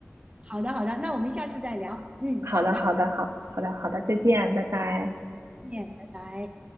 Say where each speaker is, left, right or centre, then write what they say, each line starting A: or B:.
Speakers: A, on the right (about 25°); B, on the right (about 75°).
A: 好的，好的，那我们下次再聊。嗯，
B: 好的，
A: 好的，
B: 好的，
A: 哎
B: 好，好的，好的，再见，拜拜。
A: 再见，拜拜。